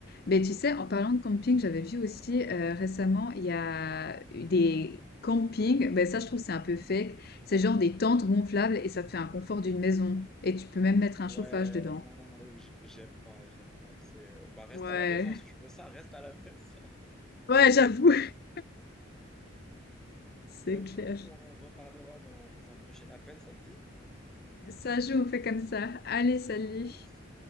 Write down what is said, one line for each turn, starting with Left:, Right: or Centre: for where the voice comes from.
Left: Mais tu sais, en parlant de camping, j'avais vu aussi euh, récemment, il y a eu des campings. Ben ça, je trouve c'est un peu fake. C'est genre des tentes gonflables et ça te fait un confort d'une maison. Et tu peux même mettre un
Centre: Ouais,
Left: chauffage dedans.
Centre: non, non, j- j'aime pas, j'aime pas. C'est, euh, bah, reste
Left: Ouais,
Centre: à la maison si tu veux ça, reste à la <laughs> maison.
Left: ouais, j'avoue, <laughs> c'est
Centre: Bah, du
Left: clair.
Centre: coup, on en reparlera dans un prochain appel, ça te dit?
Left: Ça joue, on fait comme ça. Allez, salut.
Centre: À plus.